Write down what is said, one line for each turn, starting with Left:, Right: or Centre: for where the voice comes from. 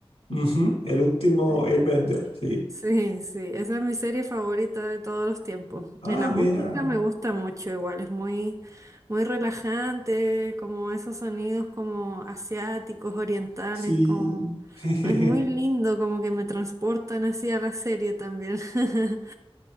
Left: Ujú. El último
Right: Sí,
Left: Airbender, sí.
Right: sí, sí, esa es mi serie favorita de todos los tiempos.
Left: Ah,
Right: Y la música
Left: mira,
Right: me gusta mucho igual, es muy, muy relajante, como esos sonidos como asiáticos, orientales,
Left: sí.
Right: como
Left: <laughs>
Right: es muy lindo, como que me transportan así a la serie también. <laughs>